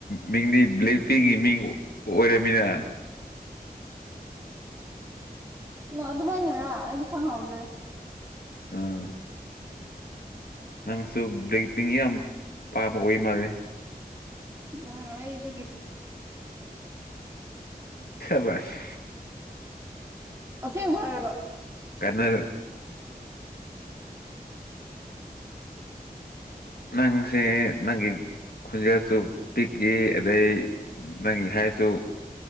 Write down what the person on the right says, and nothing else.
ꯅ ꯑꯗꯨꯃꯥꯏꯅꯔ ꯑꯩꯗꯤ ꯈꯪꯍꯧꯗ꯭ꯔꯦ
ꯎꯝ ꯑꯩꯗꯨꯒꯤ
ꯑ ꯃꯔꯒ